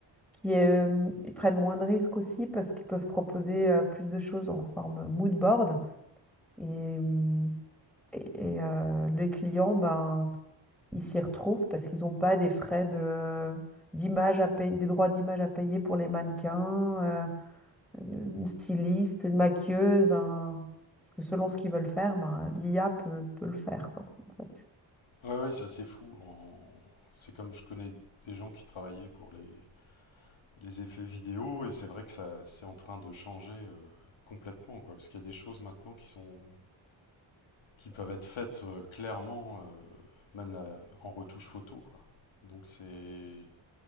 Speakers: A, in the centre; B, on the left.
A: qui euh, ils prennent moins de risques aussi parce qu'ils peuvent proposer euh, plus de choses en forme mood board et, euh, et- et, euh, les clients ben ils s'y retrouvent parce qu'ils n'ont pas des frais de d'image à payer, des droits d'image à payer pour les mannequins, euh, une styliste, une maquilleuse, un- parce que selon ce qu'ils veulent faire, ben, l'IA peut, peut le faire quoi, en fait.
B: ouais, ouais c'est assez fou. En- C'est comme je connais des gens qui travaillaient pour les les effets vidéo et c'est vrai que ça, c'est en train de changer euh, complètement, quoi. Parce qu'il y a des choses maintenant qui sont qui peuvent être faites euh, clairement, euh, même la- en retouche photo, quoi. Donc c'est